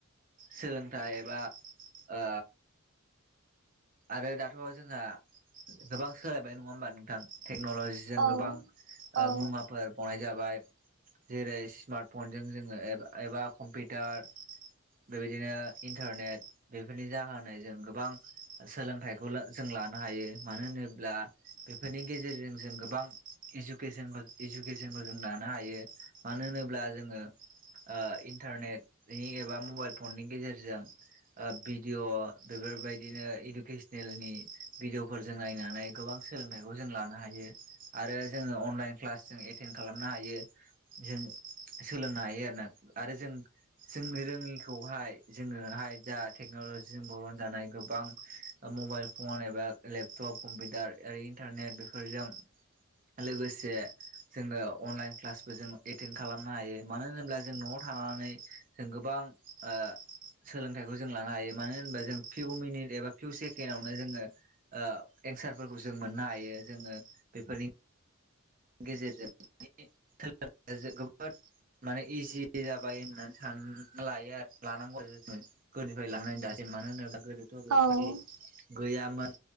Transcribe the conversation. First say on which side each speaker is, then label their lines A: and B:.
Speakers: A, on the right; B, on the right.
A: सोलोंथाइ एबा आ आरो दाथ' जोंहा गोबां सोलायबाय नङा होमबा नोंथां टेक्नलजिजों
B: औ
A: गोबां
B: औ
A: मुवाफोर गनाय जाबाय जेरै स्मार्ट फनजों जोङो एबा कम्पिउटार बेबायदिनो इन्टारनेट बेफोरनि जाहोनायजों गोबां सोलोंथाइखौ जों लानो हायो मानो होनोब्ला बेफोरनि गेजेरजों जों गोबां इुकेसन इडुकेसनखौ जों लानो हायो मानो होनोब्ला जोङो इन्टारनेटनि एबा मबाइल फननि गेजेरजों भिडिअ बेफोरबायदिनो इडुकेसनेलनि भिडिअ फोर जों नायनानै गोबां सोलोंथाइखौ जों लानो हायो आरो जोङो अनलाइन क्लास जों एटेन्ड खालामनो हायो जों सोलोंनो हायो आरोना आरो जों जोंनि रोङिखौहाय जोङोहाय जा टेक्न'लजिजों बरन जानाय गोबां मबाइल फन एबा लेपटप कम्पिउटार रै इन्टारनेट बेफोरजों लोगोसे जोङो अनलाइन क्लासबो जों एटेन्ड खालामनो हायो मानो होनोब्ला जों न'आव थानानै जों गोबां ओ सोलोंथाइखौ जों लानो हायो मानो होनबा जों फिउ मिनिट एबा फिउ सेके्डावनो जोङो ओ एन्सारफोरखौ जों मोननो हायो जोङो बेफोरनि गेजेरजों थ जोबोद <unintelligible> माने इजि जाबाय होननानै सान लायो आरो लानांगौ आरो जनो गोदोनिफ्राय लां दासिै मानो होनोब्ला गोदोथ'
B: औ
A: बायदि <unintelligible> गैयामोन